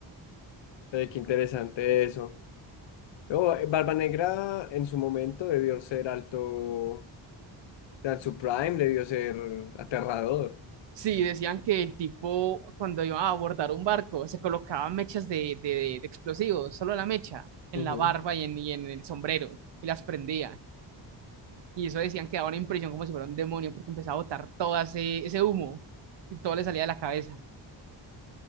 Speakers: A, on the left; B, on the right.
A: eh, qué interesante eso. Pero, eh, Barba Negra en su momento debió ser alto, o sea, en su prime debió ser aterrador.
B: Sí, decían que el tipo cuando iba a abordar un barco se colocaba mechas de, de, de explosivos, solo la mecha, en
A: Ujú.
B: la barba y en, y en el sombrero, y las prendía. Y eso decían que daba una impresión como si fuera un demonio, porque empezaba a botar todo ese, ese humo y todo le salía de la cabeza.